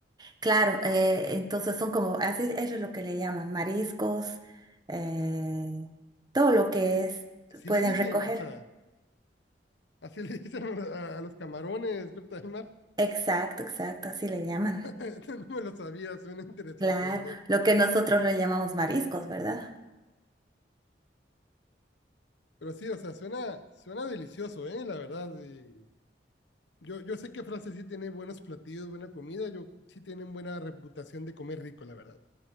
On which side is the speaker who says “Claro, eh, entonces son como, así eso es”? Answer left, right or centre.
Right